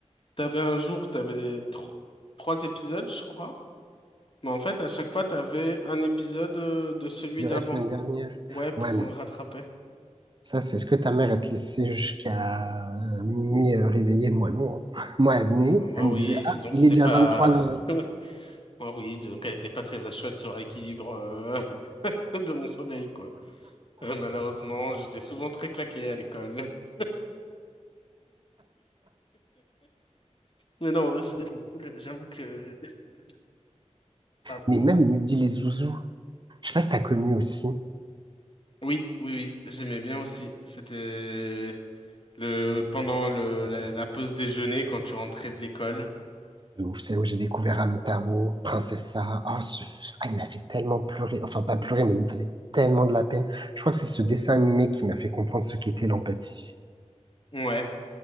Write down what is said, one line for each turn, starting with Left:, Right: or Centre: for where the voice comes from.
Left: t'avais un jour, t'avais les tro- trois épisodes, je crois. Mais en fait, à chaque fois, t'avais un épisode euh, de celui
Right: de
Left: d'avant.
Right: la semaine dernière.
Left: Ouais, pour
Right: Ouais, mais
Left: euh,
Right: c-
Left: rattraper.
Right: ça, c'est ce que ta mère, elle te laissait jusqu'à minuit euh, réveillée. Moi, non. hein. <laughs> Moi, elle venait,
Left: Euh, Moi,
Right: elle me
Left: oui,
Right: disait, ah,
Left: disons que
Right: il
Left: c'était
Right: est déjà
Left: pas.
Right: vingt-trois heures.
Left: <laughs> Moi, oui, disons qu'elle était pas très à cheval sur l'équilibre euh, <laughs> de mon sommeil, quoi. Euh, malheureusement, j'étais souvent très claqué à l'école. <laughs> Mais non, en vrai, c'était trop cool. J'avoue que. <laughs> Pardon.
Right: Mais même midi les zouzous. Je sais pas si t'as connu aussi.
Left: Oui, oui, oui, j'aimais bien aussi. C'était le pendant le la, la pause déjeuner quand tu rentrais de l'école.
Right: de ouf. C'est là où j'ai découvert Amtaro, Princesse Sarah. Ah, ce- ah, il m'a fait tellement pleurer. Enfin, pas pleurer, mais il me faisait tellement de la peine. Je crois que c'est ce dessin animé qui m'a fait comprendre ce qu'était l'empathie.
Left: Ouais.